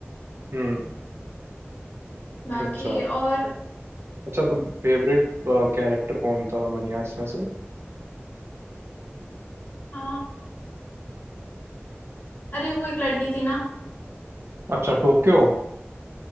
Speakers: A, on the right; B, on the left.
A: हम्म
B: बाकी
A: अच्छा
B: और
A: अच्छा तो फेवरेट कैरेक्टर कौन था मनी हाइस्ट में से
B: अ, अरे वो एक लड़की थी ना
A: अच्छा टोक्यो